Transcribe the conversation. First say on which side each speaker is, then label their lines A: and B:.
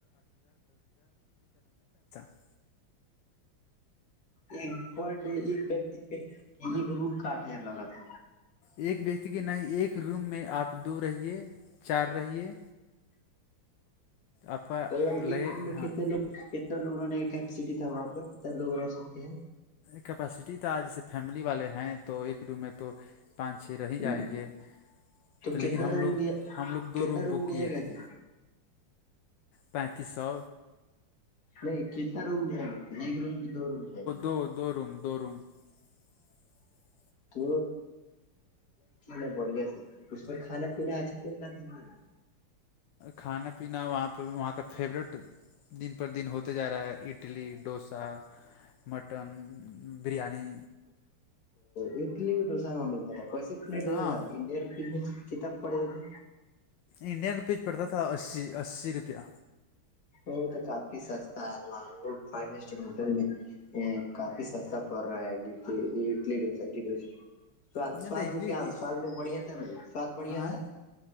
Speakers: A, on the left (about 70°); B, on the left (about 45°).
A: <inaudible>
B: ایک پر ڈے ایک ویکتی پہ ایک روم کا آٹھ ہزار لگ رہا تھا
A: ایک ویکتی کے نہیں ایک روم میں آپ دو رہیے چار رہیے آپ کا
B: تو یہ
A: لگے
B: میں
A: ہاں
B: کتنے لوگ کتنا لوگ رہنے کا کیپیسٹی تھا وہاں پر کتنا لوگ رہ سکتے ہیں
A: کیپیسٹی تھا جیسے فیملی والے ہیں تو ایک دو میں تو پانچ چھ رہ ہی جائیں
B: ہ
A: گے تو
B: کتنا
A: لیکن ہم
B: روم
A: لوگ
B: لیا
A: ہم لوگ دو
B: کتنا
A: روم بک کیے
B: لیا گیا
A: تھے
B: تھا
A: پینتیس سو
B: نہیں کتنا روم لیا گ ایک روم کی دو روم لے
A: دو دو روم دو روم <inaudible>
B: تو یہ بڑھیا سے اس میں کھانا پینا اچھا مل رہا تھا ہے نا
A: کھانا پینا وہاں پہ وہاں کا فیورورٹ دن پر دن ہوتا جارا ہے اٹلی ڈوسا مٹن بریانی
B: اڈلی بھی ڈوسا میں ملتا تھا کوس پلیٹ دیتا
A: ہاں
B: تھا انڈ رپ کتاب پڑے گے
A: انڈینوپیج پڑتا تھا اسی اسی روپیہ
B: وہ تو کافی سستا ہے وہاں فائیو اسٹار ہوٹل میں ا کافی سستا پر رہا ہے لی ڈس ڈس سواد
A: نہیں
B: سواد
A: نہیں اڈلی
B: میں کیا سواد میں بڑھیا تھا بھائی سواد بڑھیا
A: ہاں
B: تھا